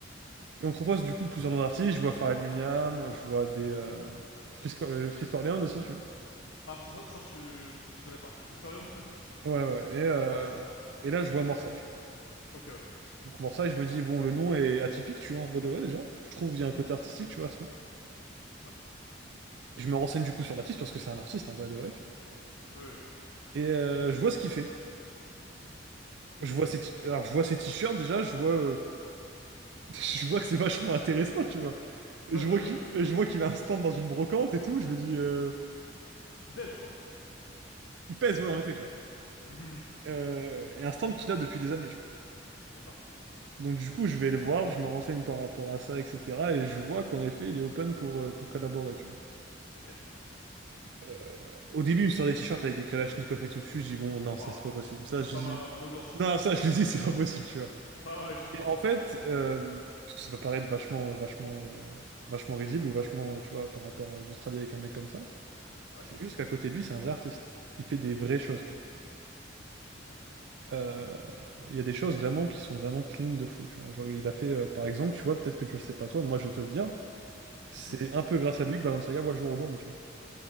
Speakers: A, on the right (about 65°); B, on the left (about 80°).
A: Et on me propose du coup plusieurs
B: Non mais là,
A: noms d'artistes, je
B: tu
A: vois
B: te
A: Pharrell
B: rends compte
A: Williams,
B: ou?
A: je vois des... Euh... Frisco- euh, Frisk Orleans aussi, tu vois.
B: Ah, ça, ça, ça, je, suis- je connais pas. Parce Corleone, tu m'as dit?
A: Ouais, ouais, et, euh,
B: Ah, ça me dit rien.
A: et là, je vois Morsay, tu vois.
B: Ok, ouais.
A: Donc Morsay, je me dis, bon, le nom est atypique, tu vois, en vrai de vrai, déjà. Je trouve qu'il
B: Mhm.
A: y a un côté artistique, tu vois, à ce nom.
B: Ouais.
A: Je me renseigne du coup sur l'artiste, parce que c'est un artiste, en vrai de vrai, tu vois.
B: Oui, oui. oui.
A: Et euh, je vois ce qu'il fait.
B: Et
A: Je
B: ça
A: vois
B: te plaît.
A: ses t- Alors, je vois ses t-shirts, déjà, je vois... euh, <laughs> Je vois que c'est vachement intéressant, tu vois.
B: <laughs> Ouais,
A: Et Je
B: bah
A: vois
B: oui.
A: qu'il, et je vois qu'il a un stand dans une brocante et tout. Je me dis, euh,
B: Il baise, quoi.
A: il pèse, ouais, en effet, tu vois.
B: Mhm.
A: Euh, et un stand qu'il a depuis des années, tu vois.
B: D'accord.
A: Donc du coup, je vais le voir, je me renseigne par rapport à ça, etc. Et je vois qu'en effet, il est open pour, euh, pour collaborer, tu vois.
B: Ok.
A: Euh, au début, il me sort des t-shirts avec des Kalachnikov et tout dessus. Je dis, bon, non,
B: Bah,
A: ça, c'est pas possible.
B: <laughs>
A: Ça,
B: c'est
A: je
B: pas
A: dis,
B: ma, mon audience.
A: non, ça, je lui dis, <laughs> c'est pas possible, tu vois.
B: Bah ouais, je comprends,
A: Et en
B: je comprends.
A: fait, euh, parce que ça peut paraître vachement, euh, vachement, euh, vachement risible ou vachement, euh, tu vois, par rapport à de travailler avec un mec comme ça.
B: Ouais.
A: C'est juste qu'à côté de lui, c'est un vrai artiste. Il fait des vraies choses, tu vois.
B: D'accord.
A: Euh, Il y a des choses vraiment qui sont vraiment clean de fou. Tu vois. Genre, il a fait, euh, par exemple, tu vois, peut-être que tu le sais pas toi, moi je vais te le dire, c'est
B: Mhm.
A: un peu grâce à lui que Balenciaga voit le jour aujourd'hui. Tu vois.